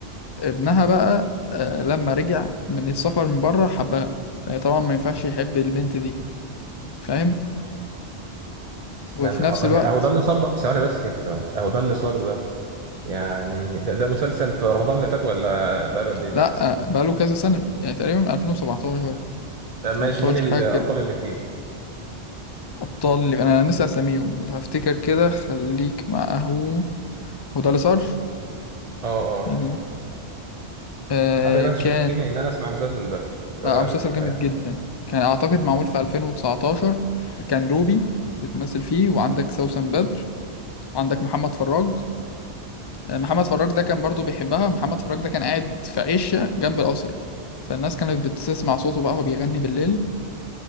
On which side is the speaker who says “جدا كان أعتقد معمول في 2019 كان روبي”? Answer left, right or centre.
Left